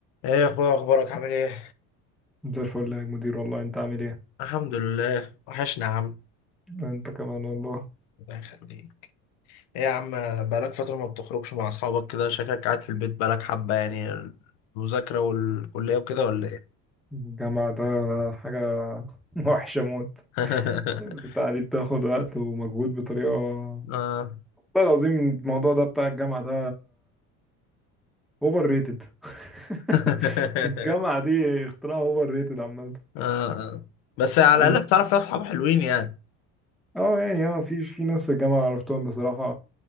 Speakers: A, on the left; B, in the centre.
A: ايه يا اخويا اخبارك عامل ايه
B: زي الفل يا مدير والله انت عامل ايه
A: الحمد لله وحشنا يا عم
B: انت كمان والله
A: الله يخليك ايه يا عم بقالك فترة ما بتخرجش مع اصحابك كده شكلك قاعد في البيت بقالك حبة يعني المذاكرة والكلية وكده ولا ايه
B: الجامعة ده حاجة <laughs> وحشة موت
A: <laughs>
B: بتاع دي بتاخد وقت ومجهود بطريقة والله
A: اه
B: العظيم الموضوع ده بتاع الجامعة ده اوفر ريتد <laughs>
A: <laughs>
B: الجامعة دي اختراع اوفر ريتد عامة
A: اه آه. بس على
B: بس
A: الاقل بتعرف فيها اصحاب حلوين يعني
B: اه يعني اه في في ناس في الجامعة عرفتهم بصراحة